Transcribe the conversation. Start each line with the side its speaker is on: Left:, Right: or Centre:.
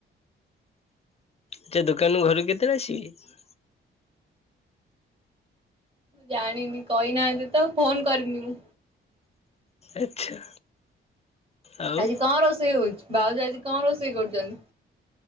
Left: ଆଛା ଦୋକାନରୁ ଘରୁକୁ କେତେବେଳେ ଆସିବେ?
Right: ଜାଣିନି କହିନାହାନ୍ତି ତ ଫୋନ କରିନି ମୁଁ।
Left: ଆଚ୍ଛା। ଆଉ
Right: ଆଜି କଣ ରୋଷେଇ ହଉଚି? ବାଉଜ ଆଜି କଣ ରୋଷେଇ କରୁଚନ୍ତି?